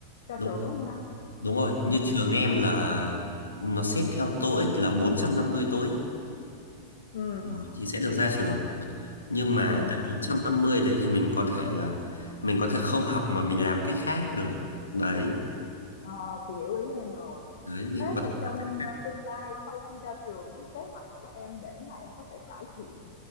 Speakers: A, on the left; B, on the left.
A: ra
B: đúng
A: trường đúng không Đăng?
B: đúng rồi
A: Ừ.
B: như trường em là nó xét theo TOEIC là 450 TOEIC
A: Ừ.
B: đó, thì sẽ được ra trường nhưng mà
A: Ừ.
B: cái 450 đấy thì mình có thể là mình có thể không học mà mình làm cách khác được đấy
A: Ờ, chị hiểu ý em rồi.
B: đấy mình
A: Thế
B: có thể
A: thì trong
B: làm cách
A: ờ, tương lai sau khi ra trường, cái kế hoạch của em để mà em có thể cải thiện